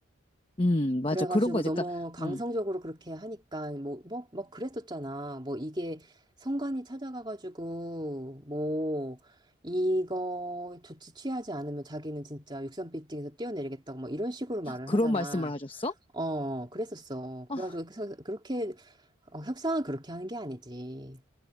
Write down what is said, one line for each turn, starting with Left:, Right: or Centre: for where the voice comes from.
Left: 음, 맞아.
Right: 그래가지고
Left: 그런 거, 이제,
Right: 너무
Left: 그러니까,
Right: 강성적으로
Left: 음,
Right: 그렇게 하니까, 뭐, 뭐, 막 그랬었잖아. 뭐 이게 성관이 찾아가가지고, 뭐, 이거 조치 취하지 않으면 자기는 진짜 육삼빌딩에서 뛰어내리겠다고 막 이런 식으로 말을
Left: 그런
Right: 하잖아.
Left: 말씀을 하셨어?
Right: 어, 그랬었어. 그래가지고
Left: 아,
Right: 그래서 그렇게 어, 협상은 그렇게 하는 게 아니지.